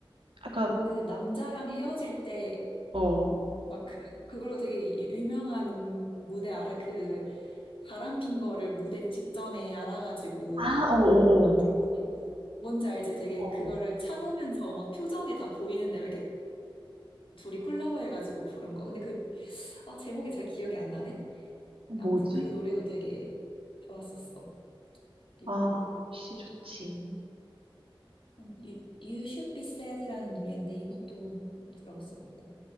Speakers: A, on the right; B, on the left.
A: 약간,
B: 그 남자랑 헤어질 때,
A: 어.
B: 막, 그, 그걸로 되게 유- 유명한 무대 알아? 그, 바람 핀 거를 무대 직전에 알아가지고,
A: 아, 어어어.
B: 막 되게, 뭔지 알지? 되게
A: 어. 어,
B: 그거를
A: 어.
B: 참으면서 막 표정에 다 보이는데, 막 이렇게 둘이 콜라보 해가지고 부른 거. 근데 그, 아, 제목이 잘 기억이 안 나네?
A: 어.
B: 아무튼
A: 뭐지?
B: 그 노래도 되게 좋았었어. 그리고,
A: 아, 한씨 좋지.
B: You, You Should Be Sad라는 노래인데 이것도 들었었고.